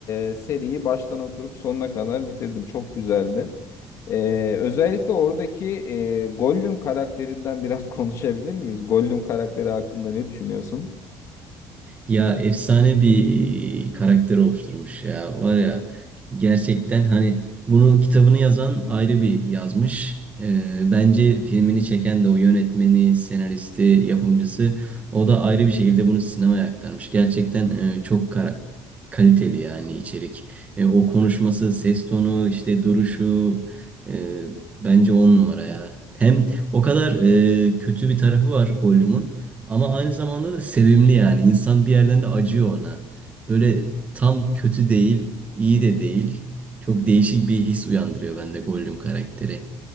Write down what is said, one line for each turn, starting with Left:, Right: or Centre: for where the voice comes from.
Left: e, seriyi baştan oturup sonuna kadar bitirdim. Çok güzeldi. E, özellikle oradaki e, Gollum karakterinden biraz <laughs> konuşabilir miyiz? Gollum karakteri hakkında ne düşünüyorsun?
Right: Ya efsane bir karakter oluşturmuş ya. Var ya gerçekten hani bunun kitabını yazan ayrı bir yazmış. Ee, bence filmini çeken de o yönetmeni, senaristi, yapımcısı o da ayrı bir şekilde bunu sinemaya aktarmış. Gerçekten e, çok kara- kaliteli yani içerik. E, o konuşması, ses tonu, işte duruşu e, bence on numara ya. Hem o kadar e, kötü bir tarafı var Gollum'un. Ama aynı zamanda da sevimli yani. İnsan bir yerden de acıyor ona. Böyle tam kötü değil, iyi de değil. Çok değişik bir his uyandırıyor bende Gollum karakteri.